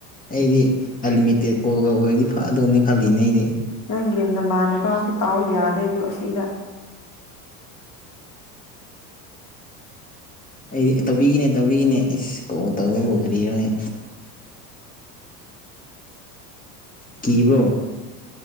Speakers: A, on the left; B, on the left.
A: ꯑꯩꯗꯤ ꯑꯟꯂꯤꯃꯤꯇꯦꯠ ꯀꯣꯜꯒ ꯑꯣꯏꯔꯗꯤ ꯐꯗꯣꯏꯅꯦ ꯈꯜꯂꯤꯅꯦ ꯑꯩꯗꯤ
B: ꯅꯪꯒꯤ ꯅꯃꯥꯟꯅꯕꯁꯨ ꯇꯥꯎꯑꯣ ꯌꯥꯗꯦ ꯑꯗꯨ ꯑꯁꯤꯒ
A: ꯑꯩꯗꯤ ꯇꯧꯕꯤꯒꯦꯅꯦ ꯇꯧꯕꯤꯒꯦꯅꯦ ꯏꯁ ꯀꯧ ꯇꯧꯕꯕꯨ
B: ꯎꯝ
A: ꯀꯔꯤꯔꯥꯍꯦ ꯀꯤꯕ꯭ꯔꯣ